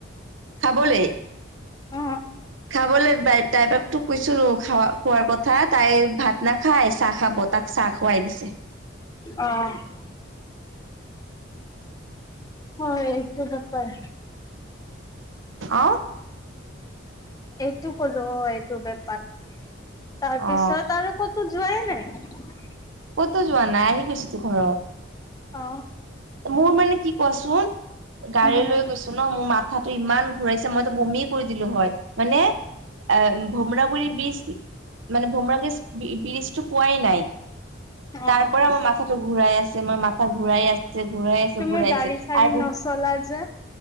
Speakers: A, on the right; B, on the left.
A: খাবলে।
B: অ
A: খাবলৈ বাই ড্ৰাইভাৰক তোক কৈছিলো খ খোৱাৰ কথা তাই ভাত নাখাই, চাহ খাব তাক চাহ খোৱাই দিছে।
B: অ'। হয় এইটো বাপাৰ।
A: অ'।
B: এইটো কলো এইটো বেপাৰ, তাৰপিছত
A: অ
B: আৰু কতো যোৱায়েই নাই।
A: ক'তো যোৱা নাই, আহি গৈচোতো ঘৰত।
B: অ
A: মোৰ মানে কি কুৱাচোন? গাড়ী
B: উম
A: লৈ গৈছো ন, মোৰ মাথাটো ইমান ঘূৰাইছে মইতো বমি কৰি দিলো হয়, হৈ নে। এহ, ভোমৰাাগুড়িৰ বীজ মানে ভোমৰাগুৰি বীজটো পোৱাই নাই।
B: অ
A: তাৰ পৰা মই মাথাটো ঘূৰাই আছে, মই মাথা ঘূৰাই আছে। ঘূৰাই আছে
B: তুমি
A: ঘূৰাই
B: গাড়ী
A: আছে
B: চড়ী
A: আৰু
B: নছলা যে।